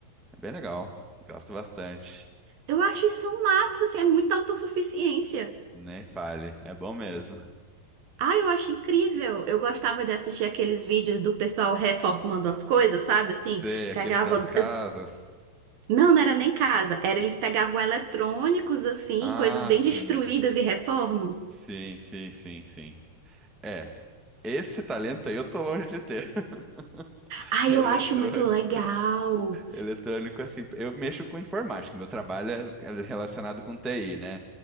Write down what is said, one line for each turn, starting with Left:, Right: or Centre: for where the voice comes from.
Centre: É bem legal, gosto bastante.
Right: Eu acho isso massa, assim, é muita autossuficiência.
Centre: Nem fale, é bom mesmo.
Right: Ah, eu acho incrível. Eu gostava de assistir aqueles vídeos do pessoal reformando as coisas, sabe? Assim,
Centre: Sei, aqueles
Right: pegavam.
Centre: das casas.
Right: as- Não, não era nem casa, era eles pegavam eletrônicos, assim,
Centre: Ah,
Right: coisas bem
Centre: sim,
Right: destruídas e reformam.
Centre: sim, sim, sim, sim. É, esse talento aí eu tô longe de ter. <laughs>
Right: Ah,
Centre: Eletrônico.
Right: eu acho muito legal.
Centre: Eletrônico, assim, eu mexo com informática, meu trabalho é é relacionado com TI, né?